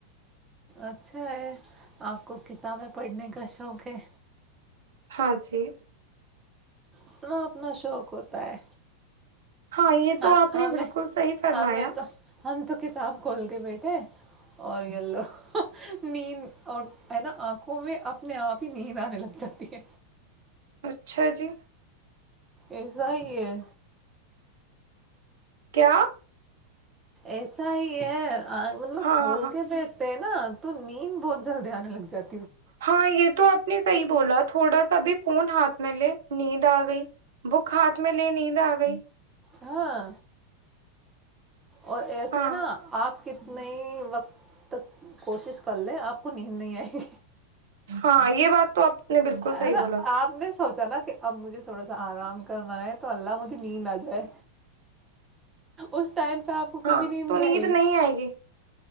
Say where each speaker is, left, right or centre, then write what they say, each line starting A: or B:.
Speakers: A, on the right; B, on the right.
A: اچھا ہے آپ کو کتابیں پڑھنے کا شوق ہے
B: ہاں جی
A: اپنا اپنا شوق ہوتا ہے
B: ہاں یہ
A: ہم
B: تو آپ
A: ہمیں
B: نے بلکل صحیح فرمایا
A: ہمیں تو ہم تو کتاب کھول کے بیٹھے اور یلو نیند اور ہے نا آنکھوں میں اپنے آپ ہی نیند آنے لگ جاتی ہے
B: اچھا جی
A: ایسا ہی ہے
B: کیا
A: ایسا ہی ہے آ مطلب
B: ہاں
A: کھول
B: ہاں
A: کے بیٹھ ہینا تو نیند بہت جلدی آنے لگ جاتے
B: ہاں یہ تو اپنے صحیح بولا تھوڑا سا بھی فون ہاتھ میں لے نیند آ گئی بک ہاتھ میں لے نیند آ گئی
A: ہاں اور ایسے
B: ہاں
A: نا آپ کتنے وقت تک کوشش کر لیں آپ نیند نہیں آئی
B: ہاں یہ بات تو آپ نے بالکل صحیح
A: ہینا
B: بولا
A: آپ نے سوچا نا کہ اب مجھے تھوڑا سا آرام کرنا ہے تو اللہ مجھے نیند آ جائے اس ٹائم پہ آپ کو کبھی
B: ہاں تو نیند
A: آئے
B: نہیں آئے گی